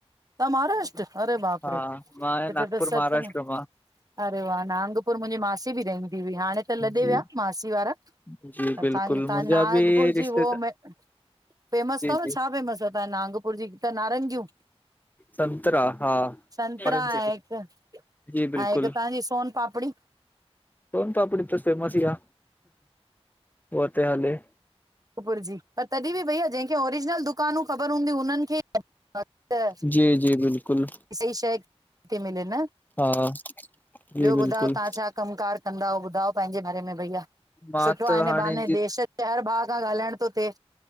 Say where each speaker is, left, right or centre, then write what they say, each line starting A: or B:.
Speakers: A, on the right (about 35°); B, on the left (about 15°).
A: तां महाराष्ट्र अरे बाप
B: हा
A: रे!
B: मां आहियां
A: हिते
B: नागपुर
A: सत
B: महाराष्ट्र
A: न
B: मां।
A: अड़े वाह नाांगपुर मुंहिंजी मासी बि रहंदी हुई, हाणे त लॾे
B: जी
A: विया मासी वारा।
B: जी
A: पर
B: बिल्कुल
A: तव्हांखे तव्हां
B: मुंहिंजा
A: नागपुर
B: बि रिश्तेदार
A: जी हो फेमस
B: जी
A: अथव न
B: जी
A: छा फेमस अथव? नागपुर जी त नारंगियूं।
B: संतरा हा
A: संतरा
B: ऑरेंज
A: ऐं हिक,
B: जी बिल्कुल
A: ऐं हिक तव्हांजी सोन पापड़ी
B: सोन पापड़ी त फेमस ई आ होत हले
A: नाकपुर जी, तॾहिं बि भईया जंहिंखे ओरिजिनल दुकानूं ख़बर हूंदियू हुनन खे सही
B: जी जी बिल्कुल
A: शइ ती मिले न।
B: हा जी
A: ॿियो
B: बिल्कुल
A: ॿुधायो तव्हां छा कम कार कंदा आहियो? ॿुधायो पंहिंजे बारे में भईया
B: मां
A: सुठो आहे
B: त
A: हिन
B: हाणे
A: बहाने
B: जी
A: देश जे हर भाव खां ॻाल्हाइण थो थिए।